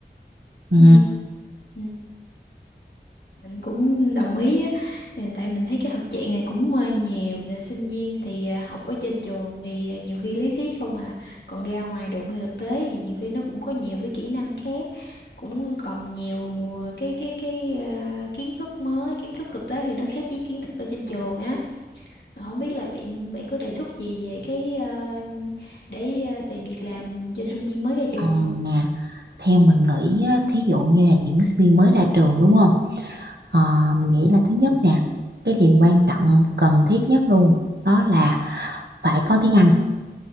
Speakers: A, on the right; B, on the left.
A: ừ.
B: Ừ. Ừ. mình cũng đồng ý á Ừ, tại mình thấy cái thực trạng này cũng ờ, nhiều Là sinh viên thì ờ, học ở trên trường thì ờ, nhiều khi lý thuyết không à còn ra ngoài đụng vào thực tế thì nhiều khi nó cũng có nhiều cái kỹ năng khác cũng còn nhiều ờ, cái cái cái ờ, kiến thức mới kiến thức thực tế thì nó khác với kiến thức ở trên trường á Ờ, không biết là bạn bạn có đề xuất gì về cái ờ, để ờ, tìm việc làm cho sinh viên mới ra trường
A: à,
B: không
A: nè, theo mình nghĩ á, thí dụ như là những sinh viên mới ra trường đúng không Ờ, mình nghĩ là thứ nhất nè, cái điều quan trọng cần thiết nhất luôn đó là phải có tiếng Anh